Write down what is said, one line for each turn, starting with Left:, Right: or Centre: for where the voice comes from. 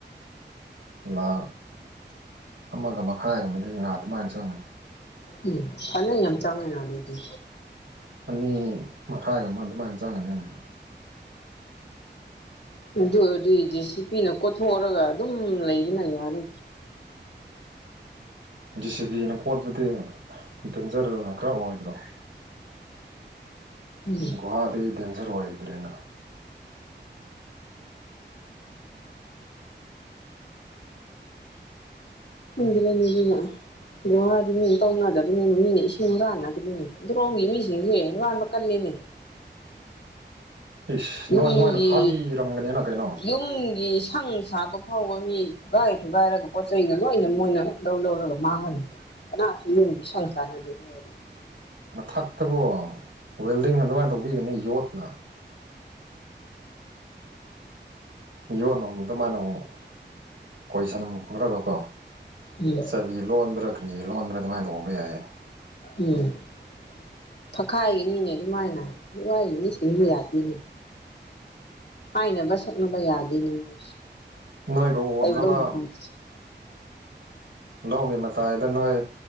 Right: ꯂꯥ ꯑꯃꯒ ꯃꯈꯥꯏꯒ ꯃ ꯉ ꯑꯗꯨꯃꯥꯏꯅ ꯆꯪꯒꯅꯤ
Left: ꯎꯝ ꯐꯅ ꯌꯥꯝ ꯆꯪꯉꯤꯅ ꯑꯗꯨꯗꯤ
Right: ꯑꯅꯤ ꯃꯈꯥꯏꯒ ꯑꯃ ꯑꯗꯨꯃꯥꯏꯅ ꯆꯪꯒꯅꯤ
Left: ꯎ ꯑꯗꯨ ꯑꯣꯏꯔꯗꯤ ꯗꯤ ꯁꯤ ꯄꯤꯅ ꯀꯣꯊꯣꯛꯔꯒ ꯑꯗꯨꯝ ꯂꯩꯕꯅ ꯌꯥꯔꯤ
Right: ꯗꯤ ꯁꯤ ꯕꯤꯅ ꯀꯣꯠꯄꯗꯤ ꯗꯦꯟꯖꯔꯅ ꯈꯔ ꯑꯣꯏꯕ꯭ꯔꯣ
Left: ꯎꯝ
Right: ꯒꯨꯍꯥꯗ ꯗꯦꯟꯖꯔ ꯑꯣꯏꯗ꯭ꯔꯦꯅ
Left: ꯈꯨꯗꯂꯅꯤꯕꯤ ꯂ ꯒꯨꯍꯥꯗꯤ ꯃꯤꯅ ꯇꯧꯅꯗꯕꯅꯤꯅ ꯃꯤꯅ ꯏꯁꯤꯡ ꯍꯨꯔꯥꯟꯅꯒꯅꯤꯅꯦ ꯗ꯭ꯔꯣꯝꯒꯤ ꯃꯤꯁꯤꯡꯁꯦꯨꯔꯥꯟꯕ ꯀꯜꯂꯤꯅꯦ <inaudible>
Right: ꯏꯁ ꯅꯣꯏ
Left: ꯌꯨꯝꯒꯤ
Right: ꯅꯣꯏꯅ ꯈꯥꯕꯤꯔꯝꯒꯅꯤꯅ ꯀꯩꯅꯣ
Left: ꯌꯨꯝꯒꯤ ꯏꯁꯥꯡ ꯁꯥꯕ ꯍꯧꯕ ꯃꯤ ꯊꯨꯒꯥꯏ ꯊꯨꯒꯥꯏꯔꯒ ꯄꯣꯠ ꯆꯩꯒ ꯂꯣꯏꯅ ꯃꯣꯏꯅ ꯂꯧ ꯂꯧꯔꯒ ꯃꯥꯡꯍꯟꯂ ꯀꯅꯥꯁꯨ ꯌꯦꯨꯝꯁꯤ ꯁꯪꯁꯥꯟꯅꯒꯦ ꯑꯗꯨ ꯑꯣꯏꯔ
Right: ꯃꯊꯛꯇꯀꯣ ꯋꯦꯜꯗꯤꯡꯅ ꯑꯗꯨꯃꯥꯏꯅ ꯇꯧꯕꯤꯒꯅꯤ ꯌꯣꯠꯅ ꯌꯣꯟꯅꯨꯡꯣ ꯑꯗꯨꯃꯥꯏꯅꯛ ꯀꯣꯏꯁꯟꯈ꯭ꯔꯒꯀꯣ
Left: ꯎꯝ
Right: ꯆꯕꯤ ꯂꯣꯟꯕ꯭ꯔꯥ ꯀ꯭ꯔꯤ ꯂꯣꯟꯕ꯭ꯔꯥ ꯑꯗꯨꯃꯥꯏꯅ ꯇꯕ ꯌꯥꯏꯌꯦ
Left: ꯎꯝ ꯊꯛꯈꯥꯏꯒꯅꯤꯅꯦ ꯑꯗꯨꯃꯥꯏꯅ ꯋꯥꯏꯒꯅꯤ ꯁꯤꯡꯕ ꯌꯥꯗꯦꯅꯦ ꯍꯥꯏꯅꯕ ꯁꯛꯅꯕ ꯌꯥꯗꯦꯅꯤꯉꯣꯏꯁꯦ
Right: ꯅꯣꯏꯕꯨ ꯎꯅꯕ
Left: ꯑꯦꯝ
Right: ꯂꯧꯒꯤ ꯃꯇꯥꯏꯗ ꯅꯣꯏ